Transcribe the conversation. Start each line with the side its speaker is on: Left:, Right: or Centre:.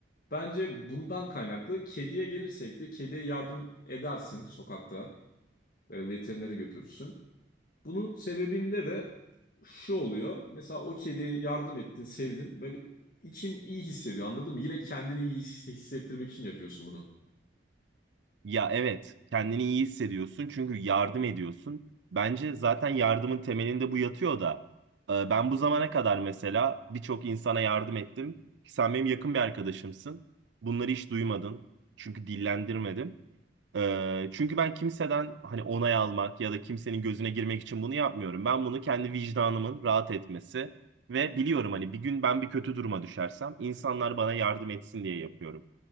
Left: Bence bundan kaynaklı kediye gelirsek de kediye yardım edersin sokakta. E, veterinere götürürsün. Bunun sebebinde de şu oluyor. Mesela o kediye yardım ettin, sevdin. Böyle için iyi hissediyor anladın mı? Yine kendini iyi his- hissettirmek için yapıyorsun bunu.
Right: Ya evet, kendini iyi hissediyorsun çünkü yardım ediyorsun. Bence zaten yardımın temelinde bu yatıyor da. e, Ben bu zamana kadar mesela birçok insana yardım ettim. Sen benim yakın bir arkadaşımsın. Bunları hiç duymadın. Çünkü dillendirmedim. Ee, çünkü ben kimseden hani onay almak ya da kimsenin gözüne girmek için bunu yapmıyorum. Ben bunu kendi vicdanımın rahat etmesi ve biliyorum hani bir gün ben bir kötü duruma düşersem insanlar bana yardım etsin diye yapıyorum.